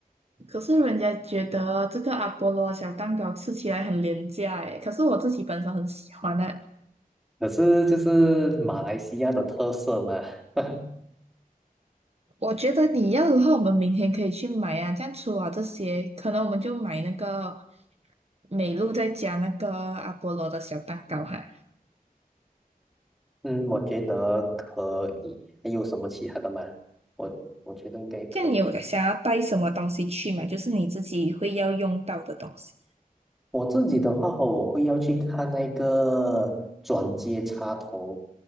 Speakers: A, on the right; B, in the centre.
A: 可是人家觉得这个阿波罗小蛋糕吃起来很廉价诶，可是我自己本身很喜欢呢、
B: 可是就是马来西亚的特色嘛，<laughs>
A: 我觉得你要的话，我们明天可以去买啊。这样除了这些，可能我们就买那个美露，再加那个阿波罗的小蛋糕哈。
B: 嗯，我觉得可以。还有什么其他的吗？我我觉得应该可以。
A: 这样你有想要带什么东西去吗？就是你自己会要用到的东西。
B: 我自己的话哦我会要去看那个转接插头。